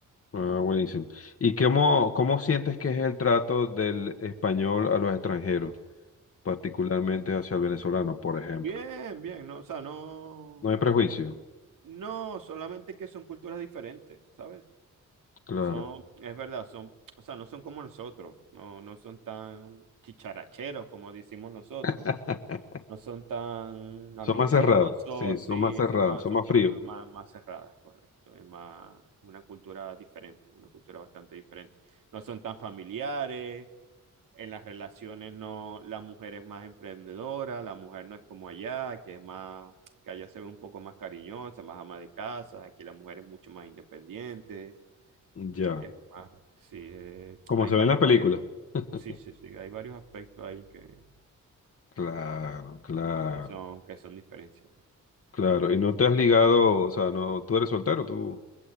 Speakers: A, on the left; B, on the right.
A: Ah, buenísimo. ¿Y cómo, cómo sientes que es el trato del español a los extranjeros, particularmente hacia el venezolano, por ejemplo?
B: Bien, bien, no, o sea, no.
A: No hay prejuicio,
B: No, solamente que son culturas diferentes, ¿sabes?
A: claro.
B: Son, es verdad, son, o sea, no son como nosotros, no, no son tan chicharacheros como decimos nosotros.
A: <laughs>
B: No son tan amistosos,
A: Son más cerrados, sí, son
B: sí,
A: más cerrados,
B: son más,
A: son
B: son
A: más
B: personas
A: fríos.
B: más, más cerradas, correcto. Es más una cultura diferente, una cultura bastante diferente. No son tan familiares, en las relaciones no, la mujer es más emprendedora, la mujer no es como allá, que es más, que allá se ve un poco más cariñosa, más ama de casa, aquí la mujer es mucho más independiente,
A: Ya,
B: es más, sí, eh,
A: como
B: hay
A: se
B: varios,
A: ve en las películas.
B: varios,
A: <laughs>
B: sí, sí, sí, hay varios aspectos ahí que,
A: Claro, claro,
B: que son, que son diferencias.
A: claro. ¿Y no te has ligado, o sea, no, tú eres soltero, tú?